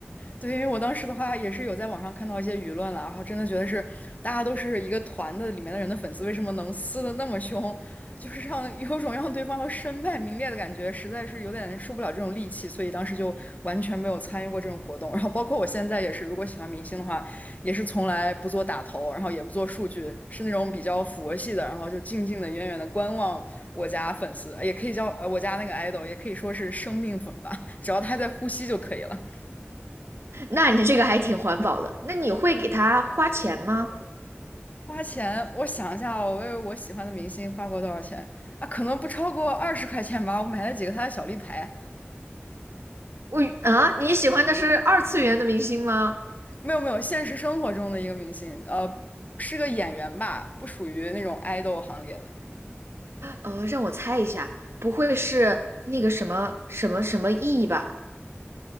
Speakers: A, on the left; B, on the right.
A: 对，因为我当时的话也是有在网上看到一些舆论了，然后真的觉得是大家都是一个团的里面的人的粉丝，为什么能撕的那么凶？<laughs> 就是让有种让对方要身败名裂的感觉，实在是有点受不了这种戾气，所以当时就完全没有参与过这种活动。然后包括我现在也是，如果喜欢明星的话，也是从来不做打头，然后也不做数据，是那种比较佛系的，然后就静静的、远远的观望我家粉丝，也可以叫呃我家那个 idol，也可以说是生命粉吧，只要他在呼吸就可以了。
B: 那你这个还挺环保的，那你会给他花钱吗？
A: 花钱，我想一下哦，我为我喜欢的明星花过多少钱啊？可能不超过二十块钱吧。我买了几个他的小立牌。
B: 我啊，你喜欢的是二次元的明星吗？
A: 没有没有，现实生活中的一个明星，呃，是个演员吧，不属于那种爱豆行列的
B: 呃，让我猜一下，不会是那个什么什么什么 E 吧？